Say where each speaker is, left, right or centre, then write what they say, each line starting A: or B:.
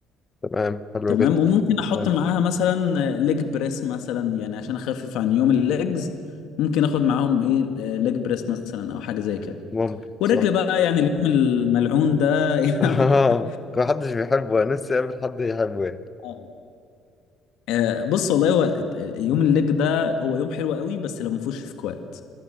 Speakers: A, on the left (about 15°); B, on the left (about 70°).
A: تمام حلو
B: تمام
A: جدا
B: وممكن احط
A: اه
B: معاها مثلا ليج بريس مثلا يعني عشان اخفف عن يوم الليجز ممكن اخد معاهم ايه ليج بريس مثلا او حاجه زي كده
A: ممكن
B: والرجل
A: صح
B: بقى يعني اليوم الملعون ده
A: <laughs> اه
B: <laughs>
A: محدش بيحبه انا نفسي اقابل حد يحبه يعني
B: آه، آه، بص والله هو يوم الليج ده هو يوم حلو قوي بس لو ما فيهوش سكوات